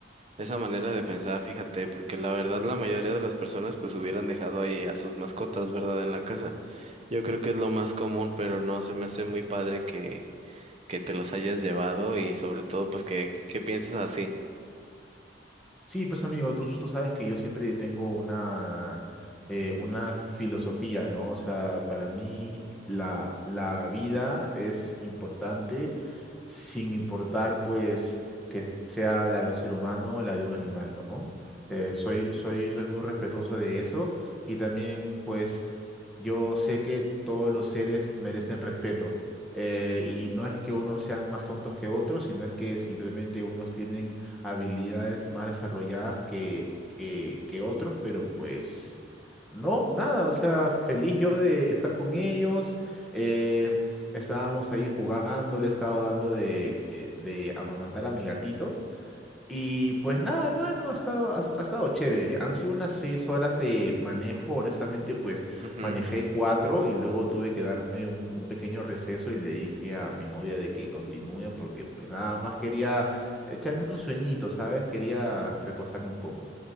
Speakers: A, on the right; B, in the centre.
A: esa manera de pensar, fíjate, porque la verdad la mayoría de las personas pues hubieran dejado ahí a sus mascotas, ¿verdad? En la casa. Yo creo que es lo más común, pero no, se me hace muy padre que, que te los hayas llevado y sobre todo pues que, que pienses así.
B: Sí, pues amigo, tú, tú sabes que yo siempre tengo una, eh, una filosofía, ¿no? O sea, para mí la, la vida es importante sin importar, pues, que sea la de un ser humano o la de un animal, ¿no? Eh, soy, soy, soy muy respetuoso de eso y también, pues, Yo sé que todos los seres merecen respeto. eh, y no es que unos sean más tontos que otros, sino es que simplemente unos tienen habilidades más desarrolladas que, que, que otros, pero pues no, nada. O sea, feliz yo de estar con ellos. eh, estábamos ahí jugando, le estaba dando de, de amamantar a mi gatito. Y pues nada, hermano, ha estado, ha, ha estado chévere. Han sido unas seis horas de manejo. Honestamente, pues
A: Ujú.
B: manejé cuatro y luego tuve que darme un, un pequeño receso y le dije a mi novia de que continúe porque pues nada más quería echarme un sueñito, ¿sabes? Quería recostarme un poco.